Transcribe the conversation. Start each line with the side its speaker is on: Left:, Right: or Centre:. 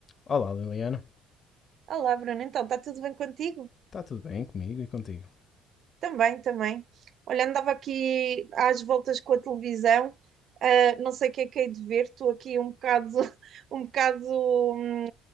Left: Olá, Liliana.
Right: Olá, Bruno. Então, está tudo bem contigo?
Left: Está tudo bem comigo e contigo?
Right: Também, também. Olha, andava aqui às voltas com a televisão, ah, não sei o que é que hei de ver, estou aqui um bocado, <laughs> um bocado, hum,